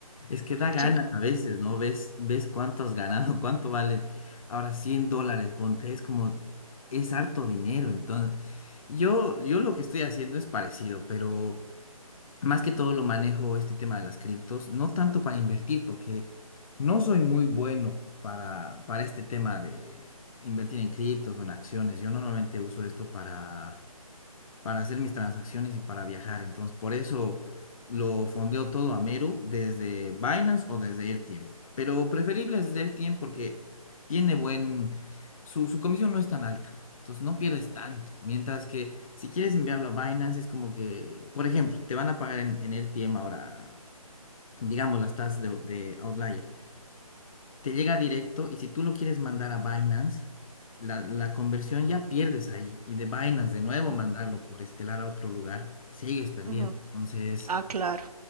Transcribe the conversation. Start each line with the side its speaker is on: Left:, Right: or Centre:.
Left: es que da ganas
Right: Sí.
Left: a veces, ¿no? Ves, ves cuánto has ganado, <laughs> cuánto valen. Ahora 100 dólares, ponte, es como, es harto dinero. Entonces, yo, yo lo que estoy haciendo es parecido, pero... Más que todo lo manejo este tema de las criptos, no tanto para invertir, porque no soy muy bueno para, para este tema de invertir en criptos o en acciones. Yo normalmente uso esto para para hacer mis transacciones y para viajar. Entonces, por eso lo fondeo todo a Meru desde Binance o desde RTM. Pero preferible es desde RTM porque tiene buen, su, su comisión no es tan alta. Entonces no pierdes tanto. Mientras que si quieres enviarlo a Binance, es como que, por ejemplo, te van a pagar en, en RTM ahora, digamos, las tasas de, de Outlier te llega directo y si tú lo quieres mandar a Binance, la, la conversión ya pierdes ahí. Y de Binance de nuevo
Right: Mm,
Left: mandarlo por Estelar a otro lugar, sigues perdiendo.
Right: ujú.
Left: Entonces,
Right: Ah, claro,